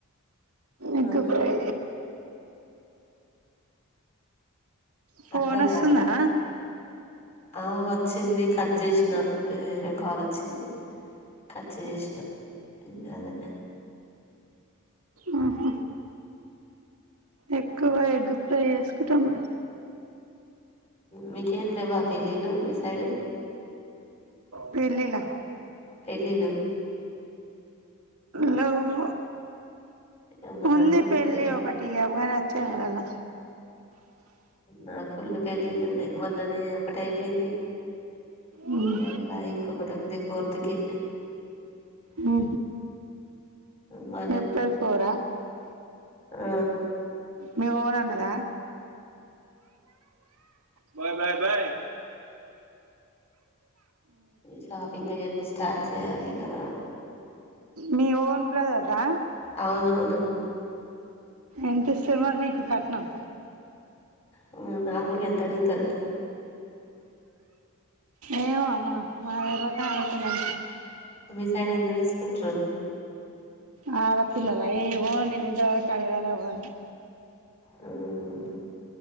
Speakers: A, on the right; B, on the left.
A: ఎగ్
B: ఆ
A: ఫ్రై ఫోన్
B: అర్థం
A: వస్తుందా
B: కాలే ఆ వచ్చింది కట్ చేసిన వేరే కాల్ వచ్చింది కచ్చ చేసిన ఇంగదే
A: మ్మ్ హు ఎక్కువ ఎగ్గు ఫ్రై చేసుకుంటం మేం
B: మీకేం లేవా పెళ్ళిళ్ళు మీ సైడు
A: పెళ్లిళ్ల
B: పెళ్ళిళ్ళు ఏ
A: లెవ్వు
B: అమ్మ నాకు
A: ఉంది
B: ఫుల్లు
A: పెళ్లి
B: పెళ్ళిళ్ళు
A: ఒకటి ఈగ చేయాలా
B: నాకు ఫుల్లు పెళ్ళిళ్ళుయి మొన్ననే ఒకటి అయిపోయింది
A: మ్మ్.
B: మళ్ళా ఇంకొకటి ఉంది ఫోర్త్ ర్త్కి
A: హు
B: మా
A: ఏప్రిల్ ఫోరా
B: హు
A: మీరు పానన్నర బాయ్ బాయ్ బయ్
B: షాపింగ్ అయన్ని స్టార్ట్ చేయాలిగా
A: మీ ఓన్ బ్రదర్ ద
B: అవునవును
A: ఎంత ఇచ్చిండ్రు మరి నీకు కట్నం
B: హు నార్మల్గా ఎంత అడుగుతారు
A: ఏమె మీ మాకు తెలువకనే అడుగుతున్నాం
B: మీ సైడ్ ఎంత తీసుకుంటారు
A: ఆ అడపిలల్లా ఏవో నేను ఇంతవరకు అడగలే ఎవర్నిని
B: మ్మ్ మ్మ్